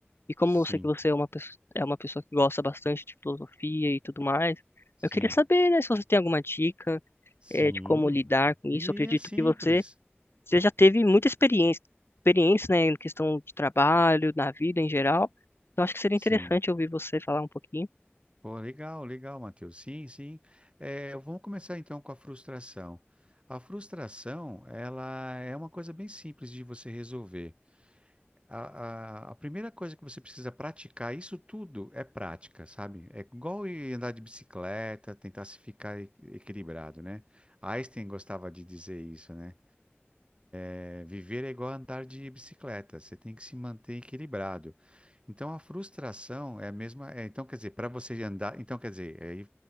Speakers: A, on the left (about 65°); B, on the right (about 25°).
A: E como
B: Sim.
A: eu sei que você é uma, pesso- é uma pessoa que gosta bastante de filosofia e tudo mais,
B: Sim.
A: eu queria saber, né, se você tem alguma dica,
B: Sim.
A: é, de como lidar com isso.
B: E
A: Eu acredito
B: é simples.
A: que você você já teve muita experiência, experiência, né, em questão de trabalho, na vida em geral. Então acho que seria
B: Sim.
A: interessante ouvir você falar um pouquinho.
B: Pô, legal, legal, Matheus. Sim, sim. É, vamos começar então com a frustração. A frustração, ela é uma coisa bem simples de você resolver. A, a, a primeira coisa que você precisa praticar, isso tudo é prática, sabe? É igual ir andar de bicicleta, tentar se ficar e- equilibrado, né? Einstein gostava de dizer isso, né? É, viver é igual a andar de bicicleta, você tem que se manter equilibrado. Então a frustração é a mesma, é, então quer dizer, para você andar, então quer dizer, aí